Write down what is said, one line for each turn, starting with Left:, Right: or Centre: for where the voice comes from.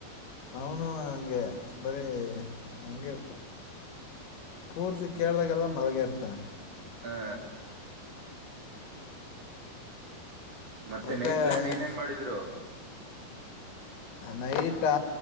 Left: ಅವನು ಹಂಗೆ ಬರೀ ಹಂಗೆ ಪೂರ್ತಿ ಕೇಳಳಾಗೆಲ್ಲ ಮರಗ್ಯಾರದು ಸ
Right: ಹಾ ಮತ್ತೆ
Left: ಮತ್ತು
Right: ನೈಟ್ ಪ್ಲಾನ್ ಏನೇನ್ ಮಾಡಿದ್ರು
Left: ನೈಟಾ